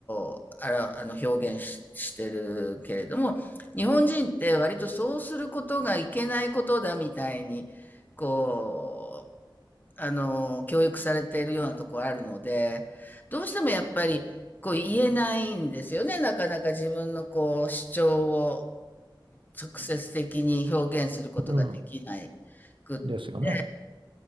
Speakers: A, on the left (about 20°); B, on the right (about 85°).
A: をあら、あの表現し、してるけれども、日本人って割とそうすることがいけないことだみたいに、こう、あのー教育されているようなところあるので、どうしてもやっぱりこう言えないんですよね。なかなか自分のこう主張を直接的に表現することができない
B: うん、
A: くって。
B: ですよね。